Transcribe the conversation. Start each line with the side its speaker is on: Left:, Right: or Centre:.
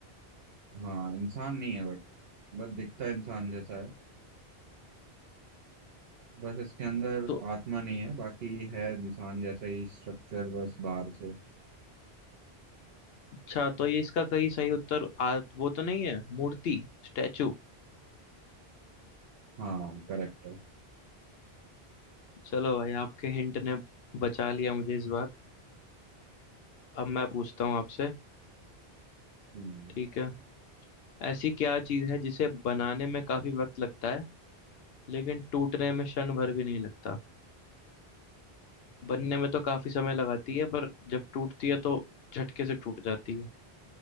Right: हाँ इंसान नहीं है बट बस दिखता इंसान जैसा है बस इसके अंदर
Left: तो
Right: आत्मा नहीं है बाकी है इंसान जैसा ही स्ट्रक्चर बस बाहर से
Left: अच्छा तो ये इसका कई सही उत्तर आ, वो तो नहीं है मूर्ति स्टैचू
Right: हाँ करेक्ट है
Left: चलो भाई आपके हिंट ने बचा लिया मुझे इस बार अब मैं पूछता हूँ आपसे
Right: हम्म,
Left: ठीक है ऐसी क्या चीज है जिसे बनाने में काफी वक्त लगता है लेकिन टूटने में क्षण भर भी नहीं लगता बनने में तो काफी समय लगाती है पर जब टूटती है तो झटके से टूट जाती है